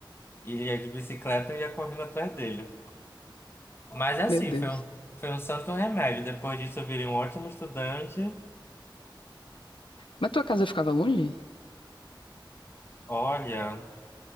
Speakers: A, on the left; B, on the left.
A: E ia de bicicleta e ia correndo atrás dele. Mas assim,
B: Meu Deus.
A: foi um, foi um santo remédio. Depois disso, eu virei um ótimo estudante.
B: Mas tua casa ficava longe?
A: Olha,